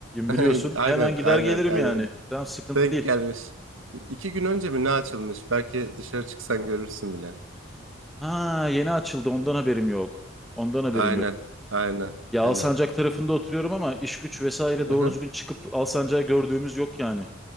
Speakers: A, on the right; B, in the centre.
A: <laughs>
B: biliyorsun.
A: Aynen,
B: Hemen gider
A: aynen,
B: gelirim
A: aynen.
B: yani. Tamam sıkıntı
A: Denk
B: değil.
A: gelmiş. İki gün önce mi ne açılmış? Belki dışarı çıksan görürsün bile.
B: Ha yeni açıldı. Ondan haberim yok. Ondan haberim
A: Aynen.
B: yok.
A: Aynen.
B: Ya Alsancak
A: Aynen.
B: tarafında oturuyorum ama iş güç vesaire
A: Hı-hı.
B: doğru düzgün çıkıp Alsancak'ı gördüğümüz yok yani.